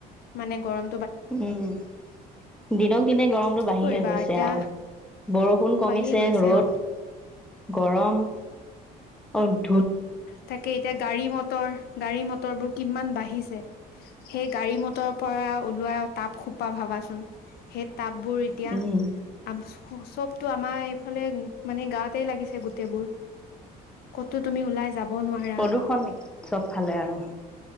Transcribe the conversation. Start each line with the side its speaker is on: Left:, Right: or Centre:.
Left: মানে গৰম
Centre: উম দিনক দিনে গৰমটো
Left: কি
Centre: বাঢ়িহে
Left: কৰিবা
Centre: গৈছে
Left: এতিয়া
Centre: আৰু বৰষুণ কমিছে,
Left: বাঢ়ি গৈছে
Centre: ৰ'দ
Left: অ
Centre: গৰম <unintelligible>
Left: তাকেই এতিয়া গাড়ী-মটৰ, গাড়ী মট মটৰ বোৰ কিমান বাঢ়িছে, সেই গাড়ী-মটৰৰ পৰা ওলোৱা তাপ খোপা ভাবাচোন সেই তাপবোৰ এতিয়া
Centre: উম
Left: <unintelligible> চব টো আমাৰ এইফালে মানে গাতেই লাগিছে গোটেইবোৰ, ক'তো তুমি ওলাই যাব নোৱাৰা
Centre: প্ৰদূষণ চব ফালে আৰু